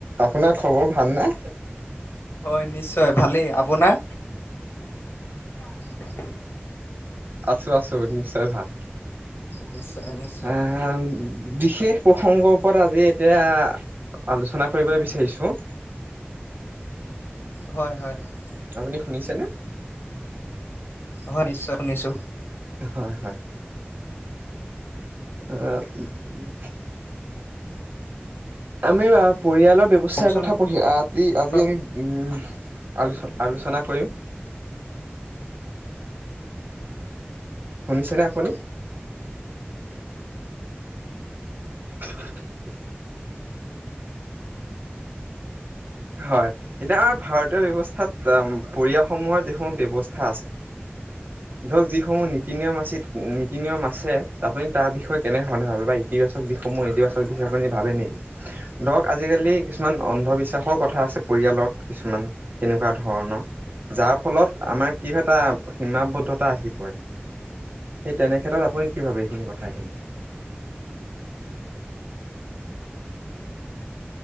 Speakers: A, on the right; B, on the left.
A: আপোনাৰ খবৰ ভাল নে
B: হয় নিশ্চয় ভালেই আপোনাৰ <unintelligible>
A: আছো আছো নিশ্চয় ভাল
B: নিশ্চয় নিশ্চয়
A: আহ বিশেষ প্ৰসংগৰ ওপৰত আজি এতিয়া আলোচনা কৰিব বিচাৰিছো
B: হয় হয় হয়
A: আপুনি শুনিছেনে
B: অ নিশ্চয় শুনিছো
A: হয় হয় অ আমি বা পৰিয়ালৰ ব্যৱস্থাৰ
B: কওকচোন
A: কথা পঢ়িম আজি আমি
B: বাৰু।
A: আলোচনা কৰিম শুনিছেনে আপুনি <unintelligible> হয় এতিয়া ভাৰতীয় ব্যৱস্থাত পৰিয়ালসমূহৰ যিসমূহ ব্যয়ৱস্থা আছে ধৰক যিসমূহ নীতি নিয়ম আছে নীতি নিয়ম আছে আপুনি তাৰ বিষয়ে কেনেধৰণে ভাবে বা ইতিবাচক দিশসমূহ ইতিবাচক দিশ আপুনি ভাবে নেকি ধৰক আজিকালি কিছুমান অন্ধবিশ্বাসৰ কথা পৰিয়ালৰ কিছুমান তেনেকুৱা ধৰণৰ যাৰ ফলত আমাৰ কি এটা সীমাবদ্ধতা আহি পৰে সেই তেনেক্ষেত্ৰত আপুনি কি ভাবে এইখিন কথাখিনি